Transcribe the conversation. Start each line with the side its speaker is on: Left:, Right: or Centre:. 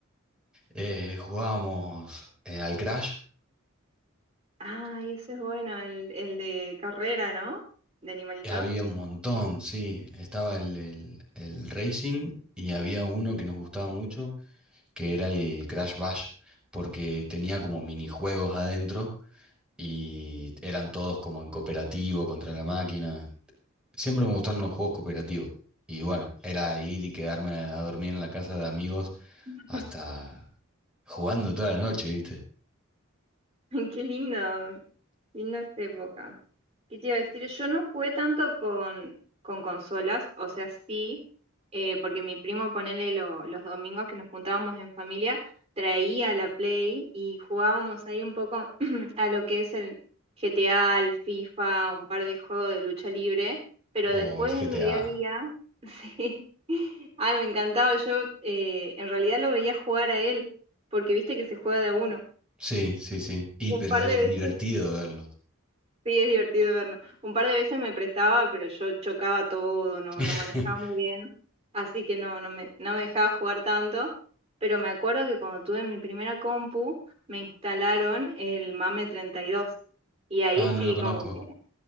Centre: Eh, jugábamos eh, al Crash
Right: Ah, ese es bueno, el, el de carrera, ¿no? De animalitos.
Centre: Había un montón, sí. Estaba el, el- el Racing y había uno que nos gustaba mucho, que era el Crash Bash, porque tenía como minijuegos adentro y eran todos como en cooperativo contra la máquina. Siempre me gustaron los juegos cooperativos. Y bueno, era ir y quedarme a dormir en la casa de amigos
Right: <laughs>
Centre: hasta jugando toda la noche, ¿viste?
Right: Qué lindo, linda esa época. ¿Qué te iba a decir? Yo no jugué tanto con, con consolas, o sea, sí, eh, porque mi primo, ponele lo- los domingos que nos juntábamos en familia, traía la Play y jugábamos ahí un poco <clears throat> a lo que es el GTA, el FIFA, un par de juegos de lucha libre, pero después
Centre: O el GTA.
Right: en mi día a día, <laughs> sí, ay, me encantaba, yo eh, en realidad lo veía jugar a él, porque viste que se juega de a uno.
Centre: Sí, sí, sí. Y
Right: Un
Centre: pero
Right: par de
Centre: es
Right: veces
Centre: divertido verlo.
Right: Sí, es divertido verlo. Un par de veces me prestaba, pero yo chocaba todo, no,
Centre: <laughs>
Right: no manejaba muy bien, así que no, no me, no me dejaba jugar tanto. Pero me acuerdo que cuando tuve mi primera compu, me instalaron el MAME 32. Y dos. Y ahí
Centre: Ah, no
Right: sí,
Centre: lo conozco.
Right: como que